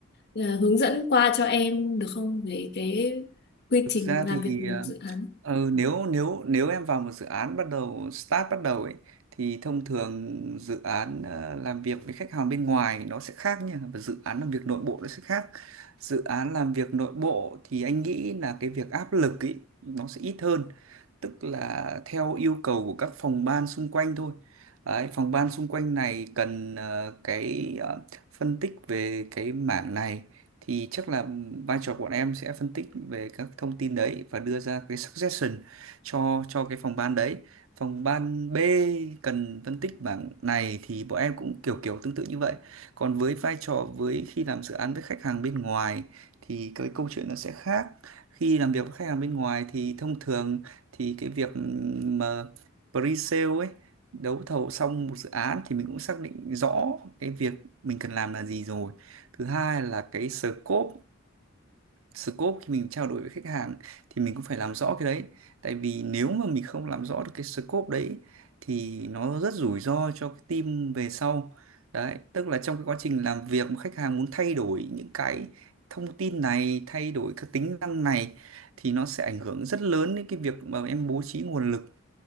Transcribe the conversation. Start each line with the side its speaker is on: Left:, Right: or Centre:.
Left: ờ, hướng dẫn qua cho em được không về cái quy
Right: Thực
Left: trình
Right: ra
Left: làm
Right: thì
Left: việc
Right: ờ,
Left: dự án
Right: Ừ, nếu nếu nếu em vào một dự án bắt đầu start bắt đầu ấy thì thông thường dự án ờ, làm việc với khách hàng bên ngoài nó sẽ khác nha và dự án làm việc nội bộ nó sẽ khác dự án làm việc nội bộ thì anh nghĩ là cái việc áp lực ấy nó sẽ ít hơn tức là theo yêu cầu của các phòng ban xung quanh thôi Đấy, phòng ban xung quanh này cần ờ, cái ờ, phân tích về cái mảng này thì chắc là ừ, vai trò của bọn em sẽ phân tích về các thông tin đấy và đưa ra cái suggestion cho cho cái phòng ban đấy phòng ban B cần phân tích bảng này thì bọn em cũng kiểu kiểu tương tự như vậy còn với vai trò với khi làm dự án với khách hàng bên ngoài thì cái câu chuyện nó sẽ khác khi làm việc với khách hàng bên ngoài thì thông thường thì cái việc ừ, mà pre-sale ấy đấu thầu xong một dự án thì mình cũng xác định rõ cái việc mình cần làm là gì rồi thứ hai là cái scope scope khi mình trao đổi với khách hàng thì mình cũng phải làm rõ cái đấy tại vì nếu mà mình không làm rõ được cái scope đấy thì nó rất rủi ro cho cái team về sau đấy tức là trong cái quá trình làm việc mà khách hàng muốn thay đổi những cái thông tin này thay đổi các tính năng này thì nó sẽ ảnh hưởng rất lớn đến cái việc mà em bố trí nguồn lực